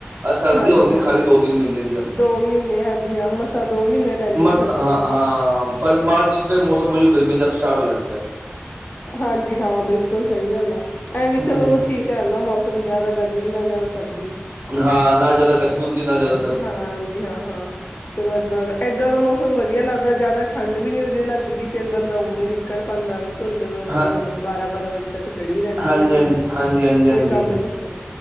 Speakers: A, on the right; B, on the left.
A: ਆ ਸਰਦੀਆਂ
B: ਹਾਂਜੀ
A: ਹੁੰਦੀਆਂ
B: ਹਾਂ
A: ਖਾਲੀ ਦੋ, ਤਿੰਨ ਮਹੀਨੇ ਦੀਆਂ
B: ਦੋ ਮਹੀਨੇ ਹਾਂਜੀ ਹਾਂ ਮਸਾਂ ਦੋ ਮਹੀਨੇ ਪੈਂਦੀਆਂ
A: ਮਸ
B: ਸਰਦੀਆਂ
A: ਹਾਂ।
B: ਤਾਂ
A: ਹਾਂ, ਫਰ ਮਾਰਚ ਵਿੱਚ ਫਿਰ ਮੌਸਮ ਉਹੀਓ ਗਰਮੀ ਦਾ ਸਟਾਰਟ ਹੋ ਜਾਂਦਾ।
B: ਹਾਂਜੀ, ਹਾਂ ਬਿਲਕੁਲ ਸਹੀ ਗੱਲ ਆ ਐਂ ਵੀ
A: ਹੂੰ
B: ਚਲੋ ਠੀਕ। ਧਿਆਨ ਦਾ ਮੌਸਮ ਜ਼ਿਆਦਾ ਗਰਮੀ ਨਾ ਜ਼ਿਆਦਾ ਸਰਦੀ।
A: ਹਾਂ, ਨਾ ਜ਼ਿਆਦਾ ਗਰਮੀ ਹੁੰਦੀ ਨਾ ਜ਼ਿਆਦਾ ਸ
B: ਹਾਂ, ਹਾਂਜੀ ਹਾਂ-ਹਾਂ। ਚਲੋ, ਇੱਦਾਂ ਦਾ ਇੱਦਾਂ ਦਾ ਮੌਸਮ ਵਧੀਆ ਲੱਗਦਾ, ਜ਼ਿਆਦਾ ਠੰਡ ਵੀ ਨਹੀਂ ਵਧੀਆ ਲੱਗਦੀ ਗ ਫਿਰ ਬੰਦਾ ਉਂ ਹੀ ਨਿਕਲ ਪਾਉਂਦਾ। ਧੁੰਦ, ਮਤਲਬ
A: ਹਾਂ
B: ਬਾਰਾਂ-ਬਾਰਾਂ ਵਜੇ ਤੱਕ ਚੜ੍ਹੀ ਰਹਿੰਦੀ
A: ਹਾਂਜੀ
B: ਆ
A: ਹਾਂਜੀ
B: ਫੇਿਰ
A: ਹਾਂਜੀ ਹਾਂਜੀ
B: ਕੋਈ
A: ਹਾਂਜੀ
B: ਕੰਮ ਨੀ ਹੁੰਦਾ।